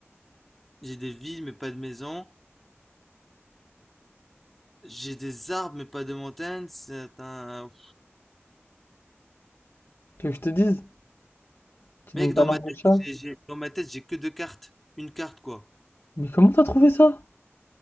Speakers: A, in the centre; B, on the left (about 60°).
A: J'ai des villes, mais pas de maison. J'ai des arbres, mais pas de montagnes. C'est un...
B: Tu veux que je te dise? Tu
A: Mec,
B: donnes ta
A: dans
B: langue
A: ma tête,
B: au chat?
A: j'ai, j'ai- dans ma tête, j'ai que deux cartes. Une carte, quoi.
B: Mais comment t'as trouvé ça?